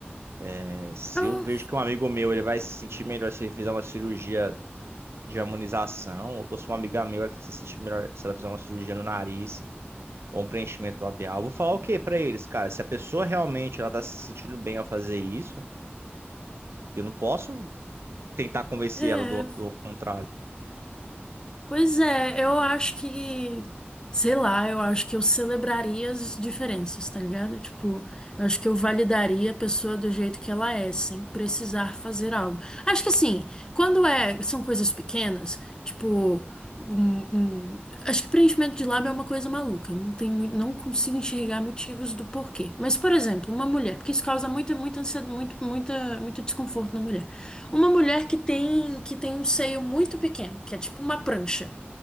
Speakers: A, on the right; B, on the left.
A: é, se
B: Eu-
A: eu vejo que um amigo meu ele vai se sentir melhor se ele fizer uma cirurgia de harmonização, ou se uma amiga minha vai se sentir melhor se ela fizer uma cirurgia no nariz ou um preenchimento labial, eu vou falar o quê pra eles, cara? Se a pessoa realmente ela tá se sentindo bem ao fazer isso, eu não posso tentar convencer
B: é,
A: ela do do contrário.
B: pois é, eu acho que. Sei lá, eu acho que eu celebraria as diferenças, tá ligado? Tipo, eu acho que eu validaria a pessoa do jeito que ela é, sem precisar fazer algo. Acho que assim, quando é, são coisas pequenas, tipo, um- um- acho que preenchimento de lábio é uma coisa maluca, não tem, mui- não consigo enxergar motivos do porquê. Mas, por exemplo, uma mulher, porque isso causa muita, muita ansiedade, muito, muita, muito desconforto na mulher. Uma mulher que tem, que tem um seio muito pequeno, que é tipo uma prancha.